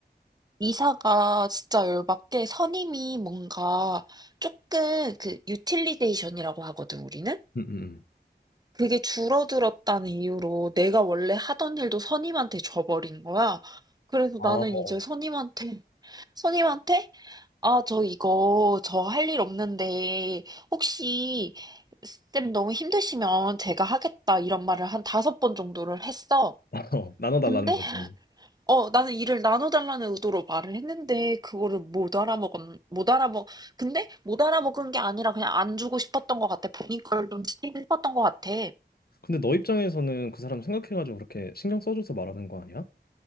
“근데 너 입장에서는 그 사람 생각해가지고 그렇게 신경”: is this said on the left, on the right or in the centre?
Left